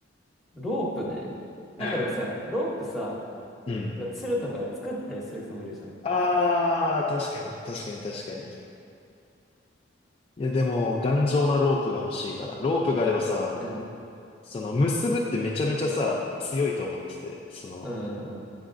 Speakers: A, in the centre; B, on the left.
A: ロープね。なんかでもさ、
B: うん。
A: ロープさ、
B: うん。
A: なんか鶴とかで作ったりする人もいるじゃん。
B: ああ、確かに、確かに、確かに。いや、でも、頑丈なロープが欲しいかな。ロープがあればさ、
A: うん。
B: その、結ぶってめちゃめちゃさ、強いと思ってて、その、
A: うんうん